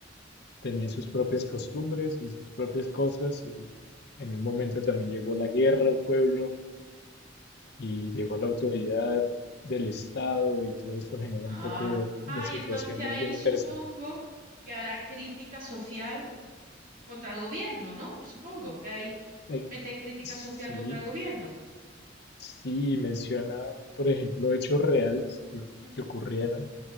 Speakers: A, on the left; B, on the right.
A: tenían sus propias costumbres y sus propias cosas y en un momento también llegó la guerra al pueblo y llegó la autoridad del Estado y todo esto genera
B: Ah,
A: un poco de, de
B: ah,
A: situaciones
B: y entonces ahí
A: bien interesantes.
B: supongo que hará crítica social contra el gobierno, ¿no? Me supongo que ahí
A: Eh,
B: mete crítica
A: Sí,
B: social contra el gobierno.
A: Sí, menciona, por ejemplo, hechos reales que,
B: Ujú.
A: que ocurrieron,